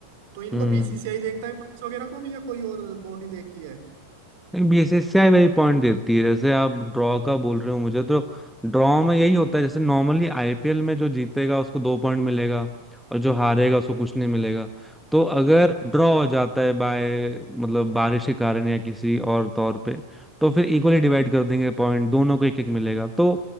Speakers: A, on the right (about 50°); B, in the centre.
A: तो इनको
B: हम्म।
A: बीसीसीआई देखता है पॉइंट्स वगैरह को भी या कोई और बॉडी देखती है
B: बीसीसीआई वही पॉइंट देती है जैसे आप ड्रॉ का बोल रहे हो मुझे तो ड्रॉ में यही होता है जैसे नॉर्मली आईपीएल में जो जीतेगा उसको दो पॉइंट मिलेगा और जो हारेगा उसको कुछ नहीं मिलेगा तो अगर ड्रॉ हो जाता है बाय मतलब बारिश के कारण या किसी और तौर पे तो फिर इक्वली डिवाइड कर देंगे पॉइंट दोनों को एक एक मिलेगा तो